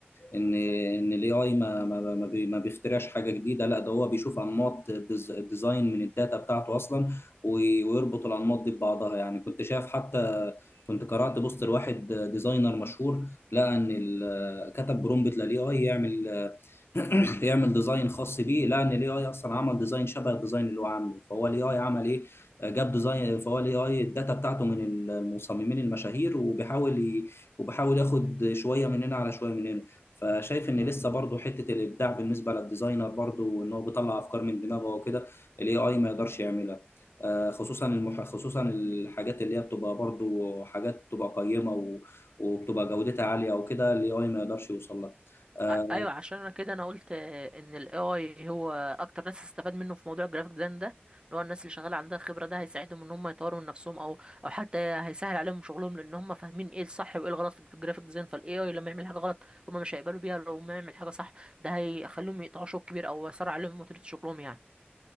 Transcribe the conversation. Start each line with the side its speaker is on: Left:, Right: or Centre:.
Left: ان ان الاي اي ما ما ما بي- ما بيخترعش حاجه جديده لا ده هو بيشوف انماط الديز- الديزاين من الداتا بتاعته اصلا وي- ويربط الانماط دي ببعضها يعني كنت شايف حتى كنت قرأت بوست لواحد ديزاينر مشهور لقى ان ال- كتب برومبت للاي اي يعمل <coughs> <clears throat> يعمل ديزاين خاص بيه لان الاي اي اصلا عمل ديزاين شبه الديزاين اللي هو عامله فهو الاي اي عمل ايه جاب ديزاين فهو الاي اي الداتا بتاعته من المصممين المشاهير وبيحاول ي... وبيحاول ياخد شويه من هنا على شويه من هنا فشايف ان لسه برضه حته الابداع بالنسبه للديزاينر برضه ان هو بيطلع افكار من دماغه وكده الاي اي ما يقدرش يعملها آه، خصوصا المح... خصوصا الحاجات اللي هي بتبقى برضه حاجات بتبقى قيمه و... وبتبقى جودتها عاليه وكده الاي اي ما يقدرش يوصل لها آه،
Right: ع- ايوه عشان انا كده انا قلت آه، ان ال AI هو اكتر ناس هتستفاد منه في موضوع الجرافيك ديزاين ده اللي هو الناس اللي شغاله عندها خبره ده هيساعدهم ان هم يطوروا من نفسهم او او حتى هيسهل عليهم شغلهم لان هم فاهمين ايه الصح وايه الغلط في الجرافيك ديزاين فال AI لما يعمل حاجه غلط هم مش هيقبلوا بيها لو ما يعمل حاجه صح ده هيخليهم يقطعوا شوط كبير او يسرع عليهم وتيره شغلهم يعني